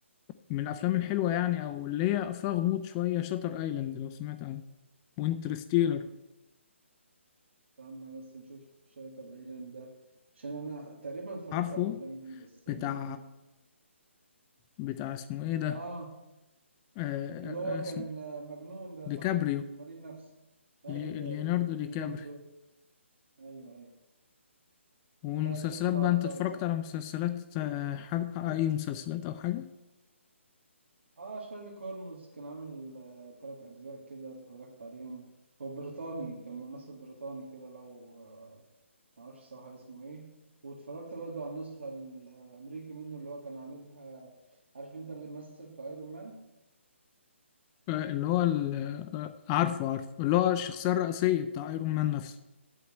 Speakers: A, on the left; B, on the right.
A: من الافلام الحلوه يعني او اللي هي فيها غموض شويه شاتر ايلاند لو سمعت عنه وانترستيلر
B: استنى بس نشوف شريط العيلان ده عشان انا تقريبا اتفرجت
A: عارفه
B: على الافلام دي بس انا
A: بتاع
B: ايه
A: بتاع اسمه ايه ده
B: اه
A: آه...
B: اللي هو
A: آه، اسمه
B: كان مجنون ده
A: ديكابريو
B: صح مريض نفسي ايوه
A: لي-
B: اللي-
A: ليوناردو ديكابريو
B: ليوناردو ايوه ايوه
A: والمسلسلات
B: لا الفيلم ده
A: بقى
B: عبقري
A: انت اتفرجت
B: صح
A: على مسلسلات آه، حاج... اي مسلسلات او حاجه
B: اه شارلي كورموز كان عامل آه تلات أجزاء كده اتفرجت عليهم هو بريطاني كان ممثل بريطاني كده لو آه معرفش الصراحة اسمه ايه واتفرجت برضو على النسخة الأمريكي منه اللي هو كان عاملها عارف انت اللي مثل في ايرون مان
A: آه، اللي هو ال... آه، عارفه عارفه اللي هو الشخصيه الرئيسيه بتاع ايرون مان نفسه